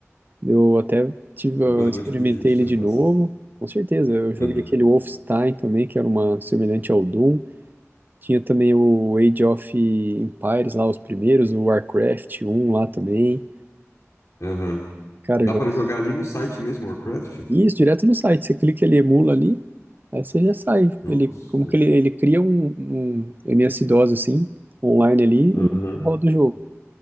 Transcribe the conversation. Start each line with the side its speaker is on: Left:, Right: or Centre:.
Right: Eu até tive,
Left: Depois
Right: eu
Left: eu
Right: experimentei
Left: vou te pedir pra você
Right: ele de
Left: me passar.
Right: novo, com certeza. Eu joguei
Left: Aham,
Right: aquele Wolfenstein também, que era uma semelhante ao Doom. Tinha também o Age of Empires lá, os primeiros, o Warcraft um lá também.
Left: aham.
Right: Cara,
Left: Dá
Right: jogos.
Left: para jogar ali no site mesmo, Warcraft?
Right: Isso, direto no site. Você clica, ele emula ali, aí você já sai.
Left: Nossa.
Right: Ele, como que ele, ele cria um, um MS-DOS assim, online ali,
Left: Aham.
Right: e roda o jogo.